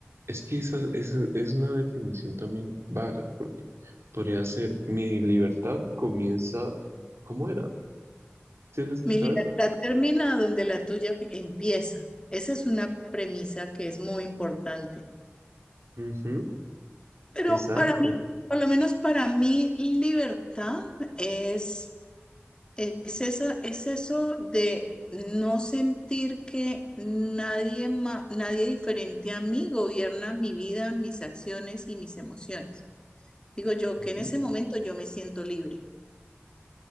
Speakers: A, on the right (about 85°); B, on the left (about 20°).
A: Es que esa, esa es una definición también vaga, porque podría ser mi libertad comienza... ¿Cómo era? ¿Sí has escuchado
B: Mi libertad
A: eso?
B: termina donde la tuya empieza. Esa es una premisa que es muy importante.
A: Ujú,
B: Pero
A: Exacto.
B: para mí, por lo menos para mí, libertad es Es esa, es eso de no sentir que nadie ma- nadie diferente a mí gobierna mi vida, mis acciones y mis emociones. Digo yo
A: Ujú.
B: que en ese momento yo me siento libre.